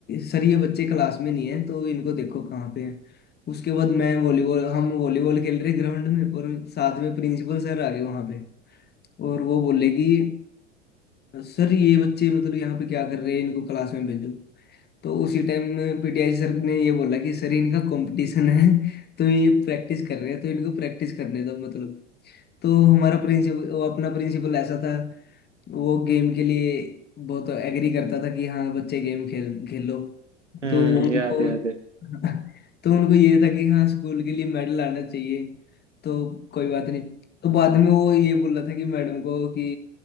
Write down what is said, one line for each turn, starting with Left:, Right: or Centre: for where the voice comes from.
Left: सर ये बच्चे क्लास में नहीं है तो इनको देखो कहाँ पे हैं उसके बाद मैं वॉलीबॉल हम वॉलीबॉल खेल रहे ग्राउंड में और साथ में प्रिंसिपल सर आ गए वहाँ पे और वो बोले कि सर ये बच्चे मतलब यहाँ पे क्या कर रहे हैं इनको क्लास में भेजो तो उसी टाइम पीटीआई सर ने ये बोला कि सर इनका कंपटीशन है तो ये प्रैक्टिस कर रहे हैं तो इनको प्रैक्टिस करने दो मतलब तो हमारा प्रिंसिपल अपना प्रिंसिपल ऐसा था वो गेम के लिए बहुत एग्री करता था कि हाँ बच्चे गेम खेल खेलो
Right: हम्म
Left: तो उनको
Right: याद है
Left: <laughs>
Right: याद
Left: तो उनको ये था कि हाँ स्कूल के लिए मेडल आना चाहिए तो कोई बात नहीं तो बाद में वो ये बोल रहा था कि मैडम को कि